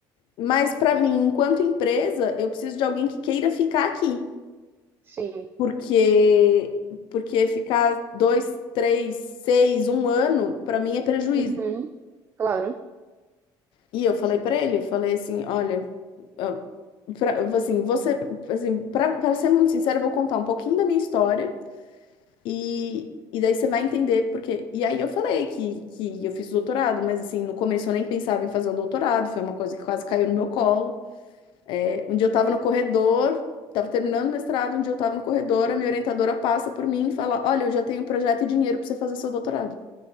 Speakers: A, on the left; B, on the right.
A: Mas para mim, enquanto empresa, eu preciso de alguém que queira ficar aqui.
B: Sim.
A: Porque, porque ficar dois, três, seis, um ano, para mim é prejuízo.
B: Uhum. Claro.
A: E eu falei para ele, eu falei assim, olha, ah, pra, assim, você, assim, para ser muito sincero, eu vou contar um pouquinho da minha história e, e daí você vai entender porque. E aí eu falei que, que eu fiz doutorado, mas assim, no começo eu nem pensava em fazer um doutorado, foi uma coisa que quase caiu no meu colo. Um dia eu estava no corredor, estava terminando o mestrado, um dia eu estava no corredor, a minha orientadora passa por mim e fala: Olha, eu já tenho projeto e dinheiro para você fazer seu doutorado.